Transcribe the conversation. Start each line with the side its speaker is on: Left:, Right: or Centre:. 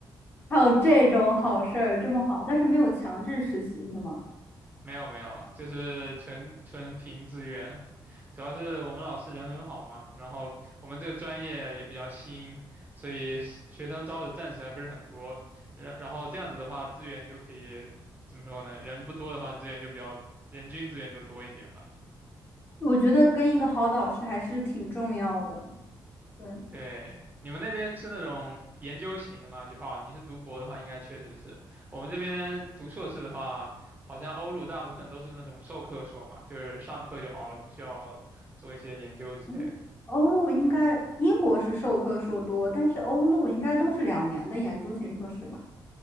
Left: 还有这种好事儿，这么好，但是没有强制实习是吗？
Right: 没有没有，就是纯纯凭自愿，主要是我们老师人很好嘛，然后我们这个专业也比较新，所以是学生招的暂时还不是很多。然然后这样子的话，资源就可以怎么说呢？人不多的话，资源就比较人均资源就多一点吧。
Left: 我觉得跟一个好导师还是挺重要的。对，
Right: 对，你们那边是那种研究型的吗？就哦，你是读博的话，应该确实是。我们这边读硕士的话，好像欧陆大部分都是那种授课硕嘛，就是上课就好了，不需要做一些研究之类的。
Left: 嗯欧陆应该英国是授课硕多，但是欧陆应该都是两年的研究型硕士吧？